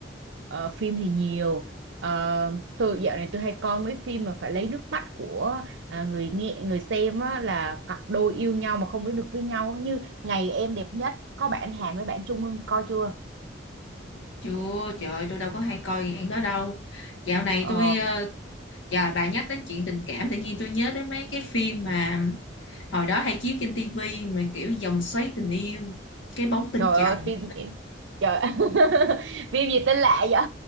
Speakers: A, on the right (about 75°); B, on the left (about 85°).
A: ờ, phim thì nhiều Ờ, tôi dạo này tôi hay coi mấy phim mà phải lấy nước mắt của à, người nghe người xem á, là cặp đôi yêu nhau mà không đến được với nhau như ngày em đẹp nhất có bạn Hàn với bạn Trung Hưng coi chưa
B: chưa trời ơi, tôi đâu có hay coi dạng đó đâu dạo này
A: Ờ,
B: tôi ờ, trời bà nhắc đến chuyện tình cảm tự nhiên tôi nhớ đến mấy cái phim mà hồi đó hay chiếu trên tivi mà kiểu vòng xoáy tình yêu cái bóng bên
A: trời
B: chồng
A: ơi phim trời <laughs> phim gì tên lạ vậy